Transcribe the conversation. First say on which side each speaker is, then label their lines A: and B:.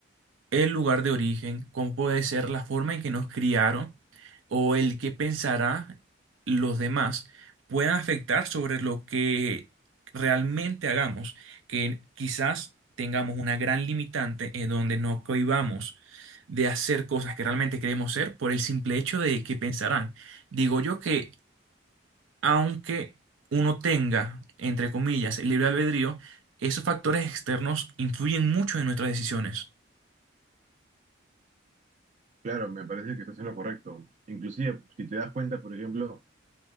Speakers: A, on the right; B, on the right.
A: el lugar de origen, cómo puede ser la forma en que nos criaron o el que pensará los demás puedan afectar sobre lo que realmente hagamos, que quizás tengamos una gran limitante en donde no cohibamos de hacer cosas que realmente queremos ser por el simple hecho de que pensarán. Digo yo que aunque uno tenga, entre comillas, el libre albedrío, esos factores externos influyen mucho en nuestras decisiones.
B: claro, me parece que estás en lo correcto. Inclusive, si te das cuenta, por ejemplo,